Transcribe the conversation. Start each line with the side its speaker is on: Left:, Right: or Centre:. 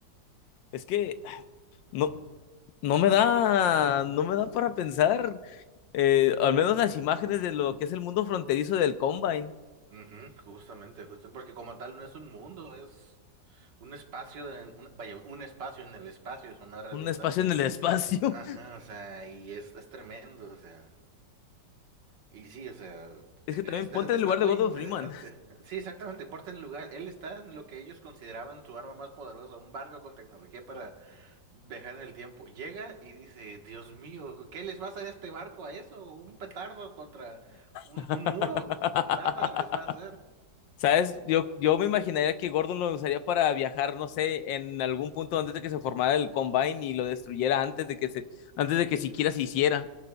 Left: es que no, no me da, no me da para pensar, eh, al menos las imágenes de lo que es el mundo fronterizo del Combine,
Right: Ujú, justamente, justo, porque como tal no es un mundo, es un espacio, de- un- vaya, un espacio en el espacio, suena redundante.
Left: un espacio en el espacio.
Right: Ajá,
Left: <laughs>
Right: o sea, y es, es tremendo, o sea, y sí, o sea,
Left: Es que
Right: es-
Left: también ponte
Right: es- está
Left: en el lugar
Right: muy
Left: de Gordon
Right: interesante.
Left: Freeman.
Right: Sí, exactamente, porta en lugar, él está en lo que ellos consideraban su arma más poderosa, un barco con tecnología para viajar en el tiempo. Llega y dice, Dios mío, ¿qué les va a hacer este barco a eso? ¿Un petardo contra un,
Left: <laughs>
Right: un muro? Nada les va a hacer.
Left: ¿Sabes? Yo, yo me imaginaría que Gordon lo usaría para viajar, no sé, en algún punto antes de que se formara el Combine y lo destruyera antes de que se, antes de que siquiera se hiciera.